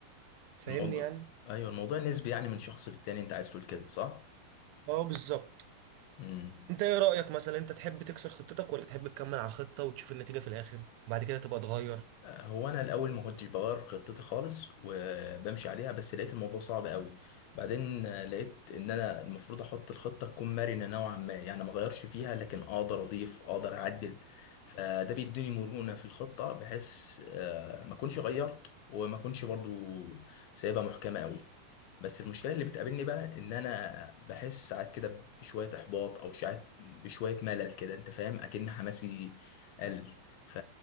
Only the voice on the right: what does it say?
فاهمني
يعني
اه بالظبط
انت ايه رأيك مثلا انت تحب تكسر خطتك ولا تحب تكمل على الخطة وتشوف النتيجة في الآخر وبعد كده تبقى تغير